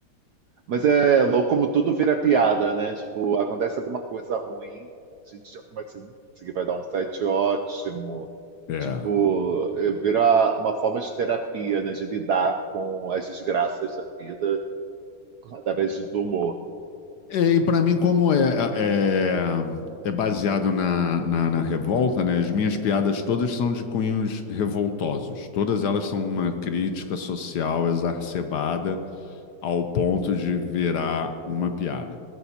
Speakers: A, on the right; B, on the left.
A: Mas é louco como tudo vira piada, né? Tipo, acontece alguma coisa ruim, a gente já começa, "Hum, isso aqui vai dar um set ótimo.
B: É.
A: Tipo, é, vira uma forma de terapia, né? De lidar com as desgraças da vida através do humor,
B: É, e para mim, como é, é, é baseado na, na, na revolta, né? As minhas piadas todas são de cunhos revoltosos. Todas elas são uma crítica social exacerbada ao ponto de virar uma piada.